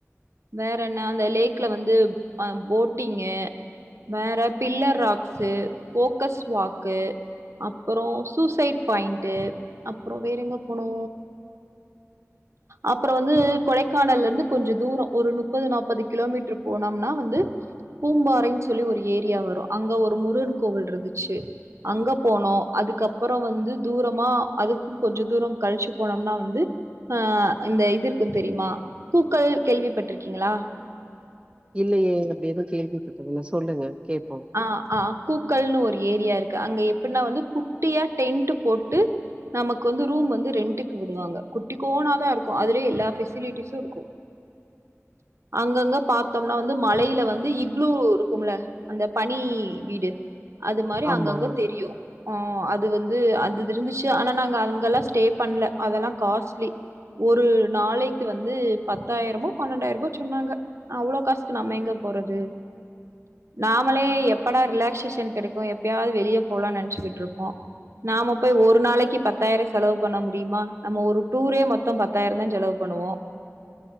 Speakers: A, on the right (about 65°); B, on the right (about 20°).
A: வேற என்ன அந்த லேக்ல வந்து அ போட்டிங்கு வேற பில்லர் ராக்சு கோக்கஸ் வாக்கு அப்பறோ சூசைட் பாய்ண்ட்டு அப்றோ வேற எங்க போனோ அப்றோ வந்து கொடைக்கானல்ல இருந்து கொஞ்சோ தூரோ ஒரு முப்பது நாப்பது கிலோமீட்டர் போனோம்னா வந்து பூம்பாறைன்னு சொல்லி ஒரு ஏரியா வரு அங்க ஒரு முருகன் கோவில் இருந்துச்சு அங்க போனோ அதுக்கப்பறோ வந்து தூரமா அதுக்கு கொஞ்சோ தூரோ கழிச்சு போனோம்னா வந்து ஆ இந்த இது இருக்கு தெரியுமா கூக்கள் கேள்விப்பட்ருக்கீங்களா
B: இல்லயே அப்டி எது கேள்வி பட்டதில்ல சொல்லுங்க கேப்போ
A: அ ஆ கூக்கள்னு ஒரு ஏரியா இருக்கு அங்க எப்டின்னா வந்து குட்டியா டென்ட் போட்டு நமக்கு வந்து ரூம் வந்து ரெண்ட்டக்கு விடுவாங்க குட்டி கோனாதா இருக்கு அதுலயே எல்லா ஃசிலிட்டிஸும் இருக்கு
B: பிளாக்
A: அங்கங்க பாத்தோம்னா வந்து மலையில வந்து இக்ளூ இருக்கும்ல அந்த பனி வீடு அது மாதிரி
B: ஆமா
A: அங்கங்க தெரியு ஆ அது வந்து அது இருந்துச்சு ஆனா நாங்க அங்கெல்லா ஸ்டே பண்ணல அதெல்லா காஸ்ட்லி ஒரு நாளைக்கு வந்து பத்தாயிரமோ பன்னெண்டாயிரமோ சொன்னாங்க அவ்ளோ காசுக்கு நம்ம எங்க போறது நாமளே எப்படா ரிலாக்சேஷன் கிடைக்கு எப்பயாவது வெளியே போகலாம்னு நினைச்சுகிட்டு இருப்போ நாம போய் ஒரு நாளைக்கு பத்தாயிரம் செலவு பண்ண முடியுமா நம்ம ஒரு டூரே மொத்தம் பத்தாயிரம் தா செலவு பண்ணுவோ